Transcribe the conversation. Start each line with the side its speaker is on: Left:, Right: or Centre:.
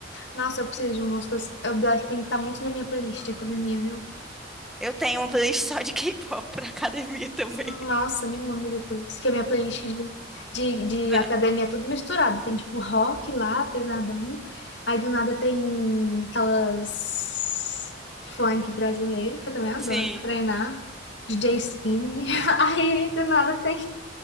Left: Nossa, eu preciso de músicas. O Blackpink tá muito na minha playlist de academia, viu?
Centre: Eu tenho uma playlist só de K-pop pra academia também.
Left: Nossa, me manda depois. Que a minha playlist de, de, de
Centre: <laughs> Na-
Left: academia é tudo misturado. Tem tipo rock lá, pesadão. Aí do nada tem aquelas funk brasileiro, que eu também adoro
Centre: Sim.
Left: pra treinar. DJ Skinny. <laughs> Aí do nada tem,